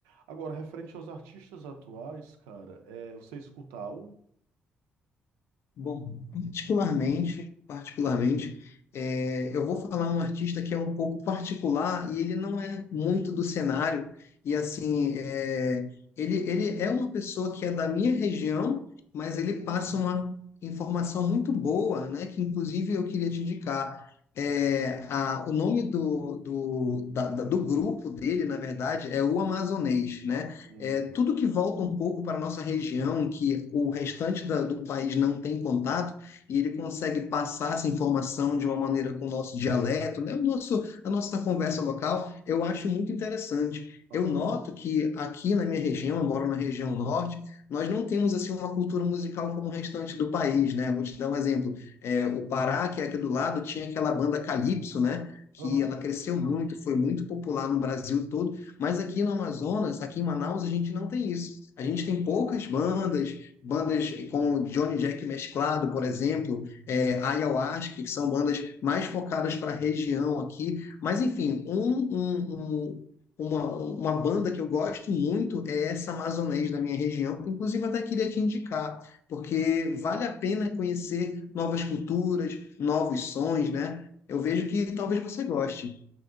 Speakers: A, on the right; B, on the left.
A: Agora, referente aos artistas atuais, cara, é, você escuta algo?
B: Bom, particularmente, particularmente, é, eu vou falar um artista que é um pouco particular e ele não é muito do cenário. E assim, é, ele, ele é uma pessoa que é da minha região, mas ele
A: Uhum.
B: passa uma informação muito boa, né? Que inclusive eu queria te indicar. É, a- o nome do, do, da- da- do grupo dele, na verdade, é o Amazonês, né?
A: Hum,
B: É, tudo que volta um pouco para a nossa região, que o restante da- do país não tem contato, e ele consegue passar essa informação de uma maneira com o nosso dialeto, né? O nosso, a nossa conversa local, eu acho muito interessante.
A: aham,
B: Eu noto que aqui na minha região, eu moro na região norte, nós não temos assim uma cultura musical como o restante do país, né? Vou te dar
A: uhum,
B: um exemplo. É, o Pará, que é aqui do lado, tinha aquela banda Calypso, né? Que
A: aham,
B: ela cresceu muito, foi muito popular no Brasil todo mas aqui no Amazonas, aqui em Manaus, a gente não tem isso. A gente
A: entendi.
B: tem poucas bandas, bandas como Johnny Jack mesclado, por exemplo, é, Ayahuasca, que são bandas mais focadas para a região aqui. Mas, enfim, um, um, um- uma, uma banda que eu gosto muito é essa amazonês da minha região, que inclusive até queria te indicar, porque vale a pena conhecer novas culturas, novos sons, né? Eu vejo que talvez você goste.